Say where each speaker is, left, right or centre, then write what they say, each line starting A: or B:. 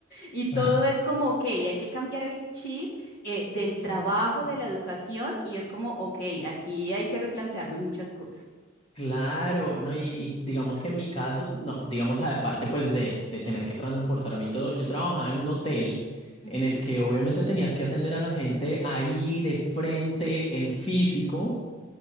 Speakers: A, on the left; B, on the left.
A: Y todo
B: Ah.
A: es como, ok, hay que cambiar el chip eh, del trabajo,
B: Total.
A: de la educación, y es como, ok, aquí hay que replantearnos muchas cosas.
B: Claro, no, y, y digamos que en mi caso, no, digamos aparte pues de, de tener que transportarme y todo, yo trabajaba en un hotel
A: Ujú.
B: en el que obviamente tenías que atender a la gente ahí de frente,
A: Mm,
B: en físico,